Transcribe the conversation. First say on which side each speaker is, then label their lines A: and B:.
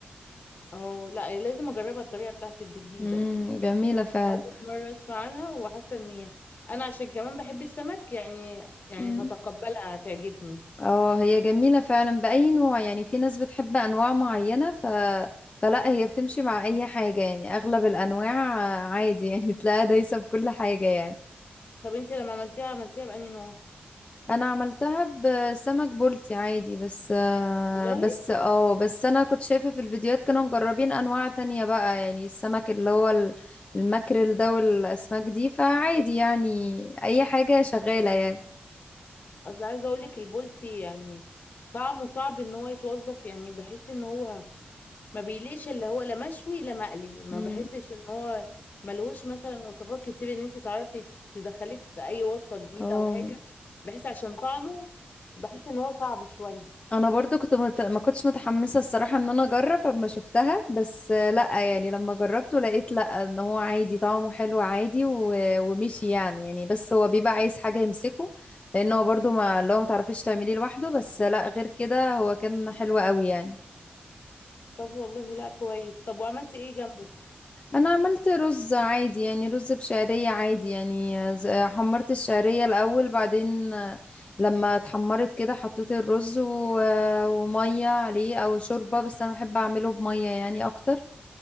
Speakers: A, on the left; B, on the left.
A: اه لا لازم اجربها الطريقة بتاعتك دي جديدة
B: امم جميله فعلا
A: اول مرة اسمع عنها وحاسة ان هي انا عشان كمان بحب السمك يعني يعني
B: مم.
A: هتقبلها هتعجبني
B: اه هي جميله فعلا باي نوع يعني في ناس بتحب انواع معينه ف... فلا هي بتمشي مع اي حاجه يعني اغلب الانواع آه، عادي يعني <laughs> تلاقيها دايسه في كل حاجه يعني
A: طب انت لما عملتيها عملتيها بأنهي نوع
B: انا عملتها بسمك بلطي عادي بس آه،
A: والله
B: بس اه بس انا كنت شايفة في الفيديوهات كانوا مجربين انواع تانية بقى يعني السمك اللي هو ال- الماكريل ده والاسماك دي فعادي يعني اي حاجة شغالة يعني
A: اصل عايزه اقول لك البولتي يعني طعمه صعب ان هو يتوظف يعني بحس ان هو ما بيليقش اللي هو لا مشوي لا مقلي ما
B: مم.
A: بحسش ان هو ملهوش مثلا وصفات كتير ان انت تعرفي تدخليه في اي وصفه جديده
B: اه
A: او حاجه بحس عشان طعمه بحس ان هو صعب شويه
B: انا برضو كنت مت... ما كنتش متحمسه الصراحه ان انا اجرب اما شفتها بس آه، لا يعني لما جربته لقيت لا ان هو عادي طعمه حلو عادي و... ومشي يعني يعني بس هو بيبقى عايز حاجه يمسكه لان هو برضو ما اللي هو ما تعرفيش تعمليه لوحده بس آه، لا غير كده هو كان حلو قوي يعني
A: طب والله لا كويس طب وعملتي ايه جنبه
B: انا عملت رز عادي يعني رز بشعرية عادي يعني ز- حمرت الشعرية الاول بعدين لما اتحمرت كده حطيت الرز و... ومية عليه او شوربة بس انا بحب اعمله بمية يعني اكتر